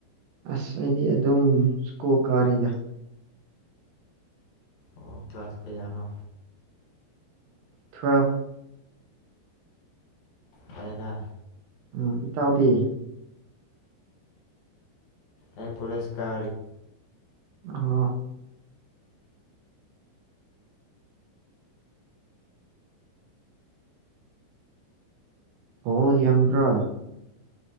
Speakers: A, on the right; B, on the left.
A: ꯑꯁ ꯑꯩꯗꯤ ꯑꯗꯨꯝ ꯁ꯭ꯀꯣ ꯀꯥꯔꯤꯗ
B: ꯑꯣ ꯀ꯭ꯂꯥꯁ ꯀꯌꯥꯅꯣ
A: ꯊꯨꯋꯦꯜꯦꯜꯞ
B: ꯍꯥꯏꯥꯏꯅ
A: ꯎꯝ ꯏꯠꯇꯥꯎꯗꯤ
B: ꯑꯩ ꯀꯂꯦꯁꯀꯥ
A: ꯑꯣ ꯑꯣꯣ ꯌꯕ꯭ꯔ